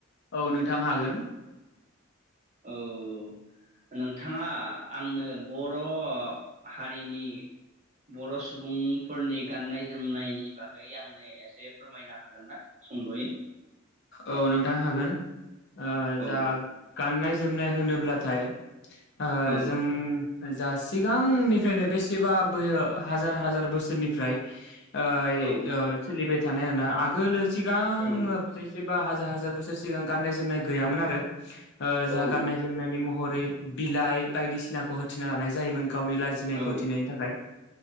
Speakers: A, on the left; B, on the right.
A: औ नोंथां हागोन।
B: औ नोंथाङा आंनो बर' हारिनि बर' सुबुंफोरनि गाननाय जोमनायनि बागै आंनो एसे फोरमायनो हागोन ना सुंद'यै?
A: औ नोंथां हागोन। ओ
B: औ
A: जा गाननाय ज जोमनाय होनोब्लाथाय ओ
B: औ
A: जों जा सिगांनिफ्रायनो बेसेबा बोयो हाजार हाजार बोसोरनिफ्राय ओइ
B: औ
A: ओ सोलिबाय थानाय आरोना आगोलोस सिगांङो
B: औ
A: एबा हाजार हाजार बोसोर सिगां गाननाय जोमनाय गैयामोन आरो ओ जा
B: औ
A: गाननाय जोमनायनि महर यै बिलाइ बायदिसिनाखौ होथेना लानाय जायोमोन। गावनि लाजिनायखौ
B: औ
A: उथिनायनि थाखाय